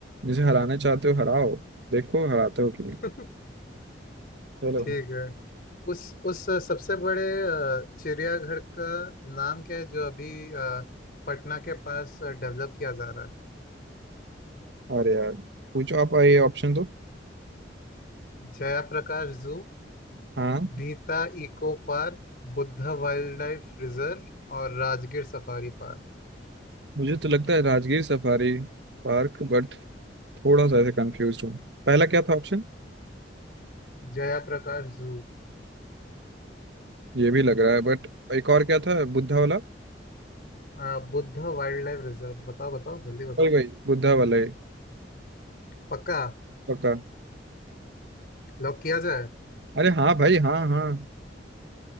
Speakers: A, on the right (about 70°); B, on the left (about 55°).
A: मुझे हराना चाहते हो हराओ देखो हराते हो कि नहीं
B: <laughs>
A: चलो
B: ठीक है उस उस सबसे बड़े अ, चिड़ियाघर का नाम क्या है जो अभी अ, पटना के पास डेवलप किया जा रहा
A: अरे यार पूछो आप ये ऑप्शन दो
B: है जयाप्रकाश जू
A: हाँ
B: भीता eco park Buddha wildlife reserve और Rajgir safari park
A: मुझे तो लगता है राजगीर सफारी पार्क थोड़ा सा ऐसे कंफ्यूज हूँ पहला क्या था ऑप्शन
B: Jayaprakash zoo
A: ये भी लग रहा है बट एक और क्या था बुद्धा वाला
B: अ, बुद्धा वाइल्ड लाइफ रिजर्व बताओ बताओ जल्दी बताओ
A: वही वही बुद्धा वाला ही
B: पक्का
A: पक्का
B: लॉक किया जाए
A: अरे हाँ भाई हाँ हाँ